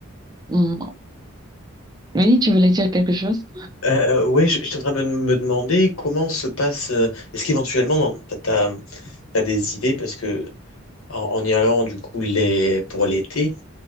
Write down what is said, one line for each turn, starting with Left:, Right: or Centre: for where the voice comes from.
Right: Mhm. Oui, tu voulais dire quelque chose?
Left: Euh, euh, ouais, j- j'étais en train de me me demander comment se passe. euh, Est-ce qu'éventuellement, dans- t'as, t'as- T'as des idées parce que En, en y allant, du coup, les, pour l'été,